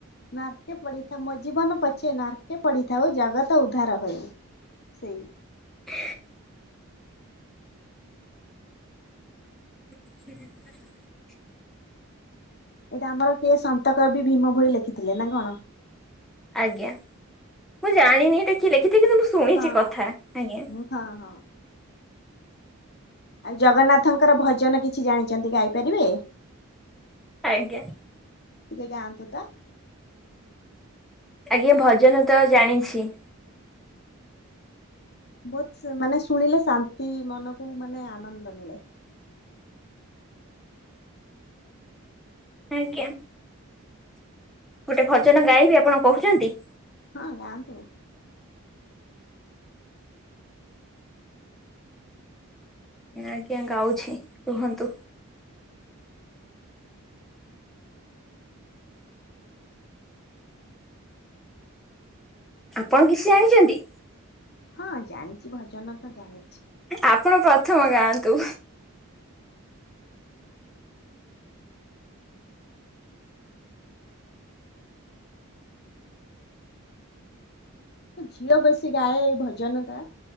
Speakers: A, on the left; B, in the centre.
A: ନର୍କେ ପଡ଼ିଥାଉ ମୋ ଜିବନ ପଛେ ନର୍କେ ପଡ଼ିଥାଉ ଜଗତ ଉଧାର ହେଉ। ସେଇ।
B: <inaudible> <inaudible>
A: ଏଇଟା ଆମର କିଏ ସନ୍ତ କବି ଭୀମ ଭୋଇ ଲେଖିଥିଲେ ନା କଣ?
B: ଆଜ୍ଞା, ମୁଁ ଜାଣିନି ଏଇଟା କିଏ ଲେଖିଥିଲେ କିନ୍ତୁ ମୁଁ ଶୁଣିଚି
A: ହଁ
B: କଥା ଆଜ୍ଞା
A: ହଁ ହଁ! ଆଉ ଜଗନ୍ନାଥଙ୍କର ଭଜନ କିଛି ଜାଣିଚନ୍ତି ଗାଇପାରିବେ?
B: ଆଜ୍ଞା!
A: ଟିକେ ଗାଆନ୍ତୁ ତ
B: ଆଜ୍ଞା ଭଜନ ତ ଜାଣିଛି।
A: ବହୁତ, ସ୍ ମାନେ ଶୁଣିଲେ ଶାନ୍ତି ମନକୁ ମାନେ ଆନନ୍ଦ ମିଳେ।
B: ଆଜ୍ଞା! ଗୋଟେ ଭଜନ ଗାଇବେ ଆପଣ କହୁଚନ୍ତି।
A: ହଁ ଗାଆନ୍ତୁ।
B: ଆଜ୍ଞା ଗାଉଛି କୁହନ୍ତୁ। ଆପଣ କିଛି ଜାଣିଛନ୍ତି।
A: ହଁ ଜାଣିଚି ଭଜନ ତ ଜାଣେ
B: ଆପଣ ପ୍ରଥମ ଗାଆନ୍ତୁ।
A: ଝିଅ ବେସି ଗାଏ ଏଇ ଭଜନ ଟା।